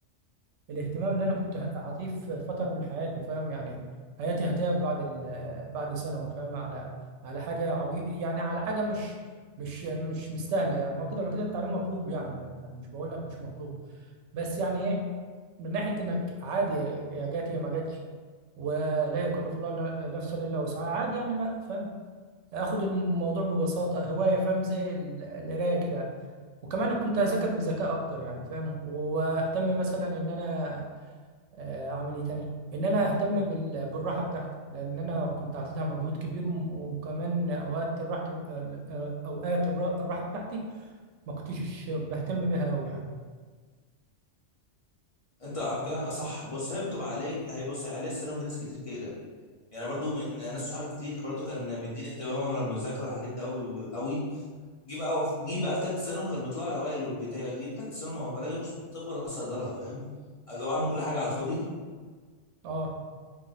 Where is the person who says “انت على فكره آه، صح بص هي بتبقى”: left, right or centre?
Left